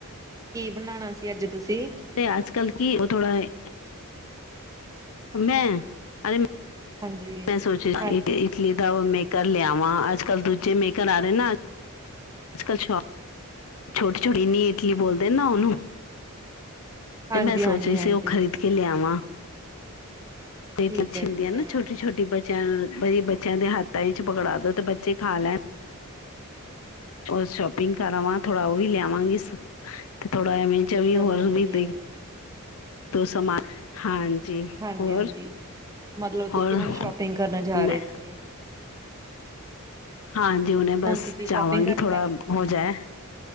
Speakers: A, on the right (about 15°); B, on the left (about 65°).
A: ਕੀ ਬਣਾਣਾ ਸੀ ਅੱਜ ਤੁਸੀਂ?
B: ਤੇ ਅੱਜ-ਕੱਲ੍ਹ ਕੀ, ਉਹ ਥੋੜ੍ਹਾ ਇਹ ਮੈਂ। ਅਰੇ
A: ਹਾਂਜੀ
B: ਮੈਂ ਸੋਚਿਆ
A: ਹਾਂਜੀ
B: ਇਟਲੀ ਦਾ ਮੇਕਰ ਲਿਆਵਾਂ। ਅੱਜਕੱਲ੍ਹ ਦੂਜੇ ਮੇਕਰ ਆ ਰਹੇ ਨਾ। ਅੱਜ -ਕੱਲ ਸ਼ੋ ਛੋਟੀ- ਛੋਟੀ ਨੀ ਇਟਲੀ ਬੋਲਦੇ ਨਾ ਉਹਨੂੰ।
A: ਹਾਂਜੀ
B: ਤੇ ਮੈਂ
A: ਹਾਂਜੀ
B: ਸੋਚ ਰਹੀ ਸੀ
A: ਹਾਂਜੀ
B: ਉਹ ਖਰੀਦ ਕੇ ਲਿਆਵਾਂ।
A: ਠੀਕ
B: ਤੇਛਮਦੀਆਂ
A: ਹੈ ਠੀਕ
B: ਨਾ
A: ਹੈ
B: ਛੋਟੀ -ਛੋਟੀ ਬੱਚਿਆਂ ਨੂੰ ਬੱਚਿਆਂ ਦੇ ਹੱਥਾਂ ਹੀ ਚ ਪਕੜਾ ਦੋ ਤੇ ਬਚ ਬੱਚੇ ਖਾ ਲੈਣ। ਸ਼ੋਪਿੰਗ ਕਰ ਆਵਾਂ ਥੋੜਾ ਉਹ ਵੀ ਲੈ ਆਵਾਗੀ ਤੇ ਥੋੜਾ ਐ ਵੀ ਚ ਵੀ
A: ਚਲੋ
B: ਹੋਰ
A: ਵਧੀਆ
B: ਵੀ ਤੇਈ।
A: ਵਧੀਆ
B: ਤ ਸਮਾਨ ਹਾਂਜੀ,
A: ਹਾਂਜੀ
B: ਹੋਰ-
A: ਹਾਂਜੀ ਮਤਲਬ ਤੁਸੀਂ
B: ਹੋਰ
A: ਹੁਣ ਸ਼ੋਪਿੰਗ ਕਰਨ ਜਾ
B: ਮੈਂ।
A: ਰਹੇ ਸੀਗੇ
B: ਹਾਂਜੀ, ਹੁਣੇ ਬਸ
A: ਹੁਣ ਤੁਸੀਂ ਸ਼ੋਪਿੰਗ
B: ਜਾਵਾਂਗੀ
A: ਕਰਨ
B: ਥੋੜਾ
A: ਜਾ ਰਹੇ।
B: ਹੋ ਜਾਏ